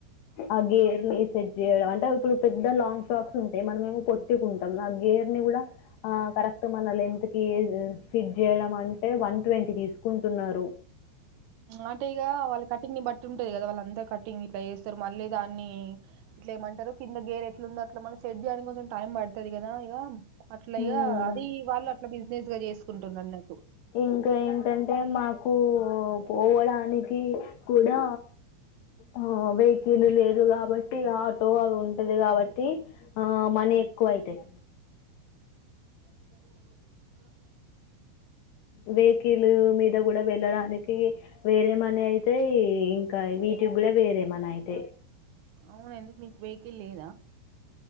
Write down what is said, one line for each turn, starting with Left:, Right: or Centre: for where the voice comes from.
Left: ఆ గేర్ని ఎస్డ్ చేయడం అంటే ఇప్పుడు పెద్ద లాంగ్ ఫ్రాక్స్ ఉంటాయి మన మేము పొట్టికుంటాం గేర్ ని కూడా కరెక్ట్ మన లెంత్ కి ఫిట్ చేయడం అంటే వన్ ట్వంటీ తీసుకుంటున్నారు
Right: ఆట ఈగ వాళ్ళ కట్టింగ్ని బట్ ట్ంటది కదా వాళ్ళు అంతా కటింగ్ ఇట్లా చేేస్తారు మళ్ళీ దాన్ని ఇట్లా ఏమంటారు కింద గేర్ ఎట్లు ఉందో అట్లా మళ్ సెట్ చేయాలంటే టైమ్ట్డుతాదిదా ఇక అట్లగా
Left: మ్మ్
Right: అది వాళ్ళు అట్లా బిజినెస్ గా చేసుకుంటునరానట్టు
Left: ఇంకా ఏంటంటే నాకు పోవడానికి కూడా ఆ వెహికల్ లేదు కాబట్టి ఆటో అవి ఉంటది కాబట్టి ఆ మనీ ఎక్కువ ఐతాయి
Right: <unintelligible>
Left: వెహకిల్ మీద కూడా వెళ్ళడానికి వేరే మనీ అయితే అయితే ఇంకా వీటికి కూడా వేరేమనా అయితే
Right: అవున ఎందుకు మీకు వెహికల్ లేదా